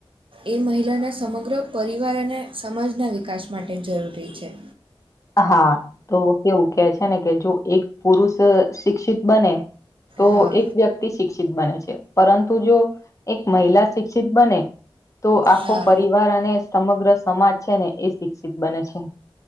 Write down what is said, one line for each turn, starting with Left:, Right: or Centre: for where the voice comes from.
Right: એ મહિલાના સમગ્ર પરિવાર અને સમાજના વિકાસ માટે જરૂરી છે
Left: હા તો કેવું કે છે ને કે જો એક પુરુષ શિક્ષિત બને તો
Right: હા
Left: એક વ્યક્તિ શિક્ષિત બને છે પરંતુ જો એક મહિલા શિક્ષિત બને તો આખો
Right: હા
Left: પરિવાર અને સમગ્ર સમાજ છે ને એ શિક્ષિત બને છે.